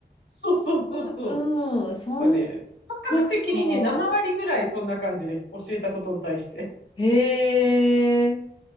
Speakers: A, on the left; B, on the left.
A: そうそうそうそう。
B: うんうん。そん
A: なんかね、感覚的にね、
B: なか。
A: 7割ぐらいそんな感じです。教えたことに対して。
B: へえ。